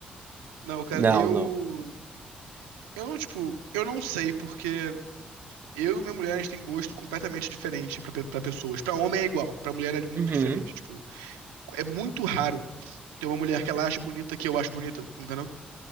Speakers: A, on the right; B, on the right.
A: Não, cara,
B: não,
A: eu.
B: não.
A: Eu não, tipo, eu não sei, porque eu e minha mulher, a gente tem gosto completamente diferente pra, pe- pra pessoas. Pra homem é igual, pra mulher é muito
B: Uhum.
A: diferente. Tipo, é muito raro ter uma mulher que ela acha bonita que eu acho bonita, entendeu?